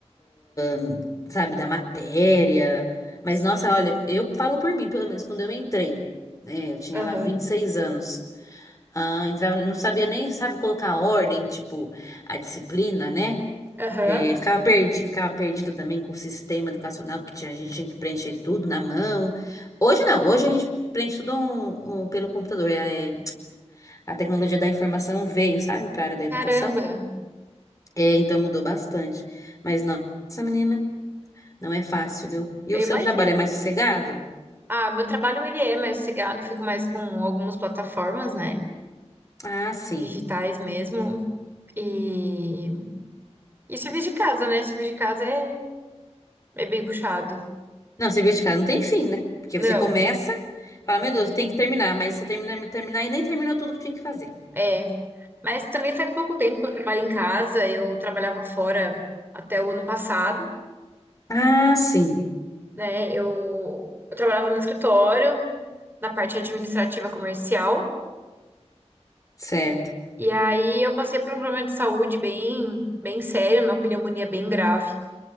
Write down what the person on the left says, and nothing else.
hum, sabe, da matéria. Mas,
nossa, olha, eu falo por mim, pelo menos quando eu entrei, né? Eu tinha
lá vinte e seis anos. Ah, entrava, não sabia nem, sabe, colocar ordem, tipo, a disciplina, né?
É, ficava perdi, ficava perdida também com o sistema educacional que tinha, a gente tinha que preencher tudo na mão. Hoje não, hoje a gente preenche tudo um- um pelo computador. É, a tecnologia da informação veio, sabe, para a área da educação.
É, então mudou bastante. Mas nossa, menina, não é fácil, viu? E
o seu
trabalho é mais sossegado?
Ah, sim.
Não, cerveja de casa não tem fim, né? Porque
você começa, fala,
meu Deus, tem que terminar, mas você termina, terminar e nem terminou tudo que tinha que fazer.
Ah, sim,
certo.